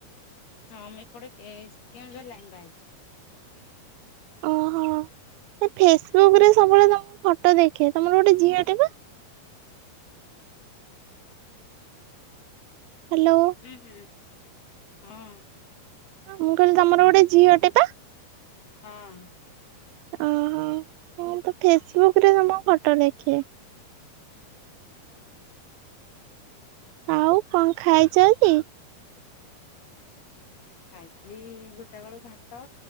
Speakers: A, on the left (about 80°); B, on the right (about 80°).
A: ହଁ ମୁଁ ଏପଟେ କେ କେଉଁଝର ଲାଇନ୍ ବାହାହେଇଚି।
B: ଓହୋ ଫେସବୁକରେ ସବୁବେଳେ ତମ ଫଟୋ ଦେଖେ ତମର ଗୋଟେ ଝିଅଟେ ପା? ହ୍ୟାଲୋ।
A: ଉହୁଁ ହଁ।
B: ମୁଁ କହିଲି ତମର ଗୋଟେ ଝିଅଟେ ବା?
A: ହଁ।
B: ଓହୋ ହଁ ତ ଫେସବୁକରେ ତମ ଫଟୋ ଦେଖେ। ଆଉ କଣ ଖାଇଚ କି?
A: ଖାଇଚିଲି ଗୋଟେବେଳୁ ଭାତ